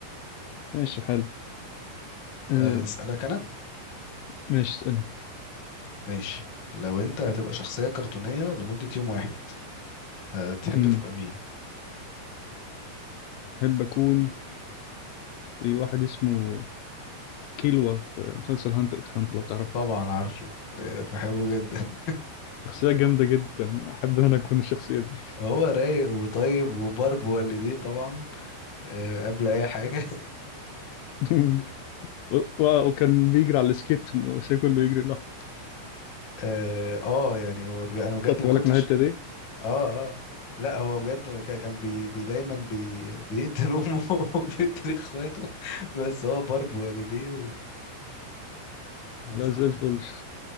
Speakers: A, on the left (about 80°); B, on the left (about 65°).
A: ماشي حلو آه،
B: آه، اسالك انا
A: ماشي اسألني
B: ماشي لو انت هتبقى شخصية كرتونية لمدة يوم واحد هتحب
A: امم
B: تبقى مين؟
A: احب اكون في واحد اسمه كيلوا في مسلسل هانتر اكس هانتر لو تعرفه
B: طبعا عارفه آه، بحبه جدا <laughs>
A: شخصية جامدة جدا أحب إن أنا أكون الشخصية دي
B: هو رايق وطيب وبرب والديه طبعا آه، قبل اي حاجة <laughs>
A: <laughs> و... و... وكان بيجري على السكيت وسي كله يجري لوحده
B: اه آه، يعني هو بجد انا بجد
A: خدت
B: ما
A: بالك
B: كنتش
A: من الحتة دي؟
B: اه اه لا هو بجد ما كان كان بي بي دايما بي بيقتل امه <laughs> وبيقتل اخواته بس هو برب والديه ومسخرة
A: لا زي الفل
B: يعني
A: شخ-